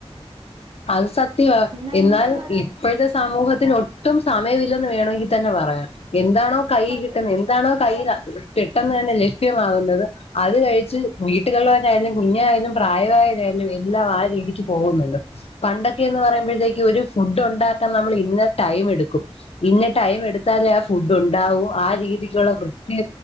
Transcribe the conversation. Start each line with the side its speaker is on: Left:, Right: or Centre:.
Left: അത് സത്യവാ
Right: എന്നാ
Left: എന്നാൽ
Right: ഇന്നത്തെ മാതാപിതാ
Left: ഇപ്പോഴത്തെ സമൂഹത്തിന് ഒ ട്ടും സമയവില്ലെന്ന് വേണമെങ്കി തന്നെ പറയാം എന്താണോ കൈയി
Right: അതെ
Left: കിട്ടുന്നെ
Right: അതെ
Left: എ എന്താണോ കയ്യിൽ അ പെട്ടെന്ന് തന്നെ ലഭ്യമാകുന്നത് അത് കഴിച്ച് വീട്ടുകള്ളവരായാലും കുഞ്ഞായാലും പ്രായവായവരായാലും എല്ലാം ആ രീതിക്ക് പോകുന്നുണ്ട് പണ്ടൊക്കെ എന്ന് പറയുമ്പോഴത്തേക്കും ഒരു ഫുഡ് ഉണ്ടാക്കാൻ നമ്മൾ ഇന്ന ടൈം എടുക്കും ഇന്ന ടൈം എടുത്താലേ ആ ഫുഡ് ഉണ്ടാവും ആ രീതിക്കുള്ള വൃത്തി